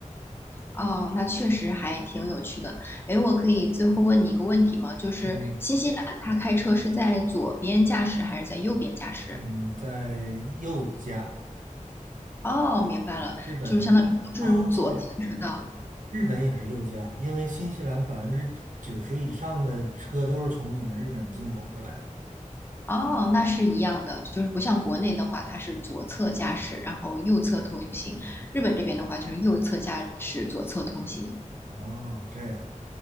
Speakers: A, on the left; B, on the right.
A: 哦，那确实还挺有趣的。诶，我可以最后问你一个问题吗？就是新西兰它开车是在左边驾驶还是在右边驾驶？
B: 嗯嗯，在右驾，
A: 哦，明白了，
B: 日本呢？
A: 就是相当于都是左行驶道。
B: 啊，日本也是右驾，因为新西兰百分之九十以上的车都是从你们日本进口过来的。
A: 哦，那是一样的，就是不像国内的话，它是左侧驾驶，然后右侧通行。日本这边的话，就是右侧驾驶，左侧通行。
B: 哦，这样，